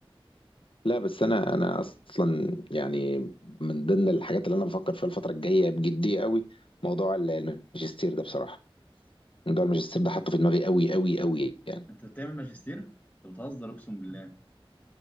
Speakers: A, on the left (about 65°); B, on the left (about 15°).
A: لا بس انا انا اصلا يعني من ضمن الحاجات اللي انا بفكر فيها الفترة الجاية بجدية قوي موضوع ال- الماجستير ده بصراحة موضوع الماجستير ده حاطه في دماغي قوي قوي قوي يعني
B: انت بتعمل ماجستير انت بتهزر اقسم بالله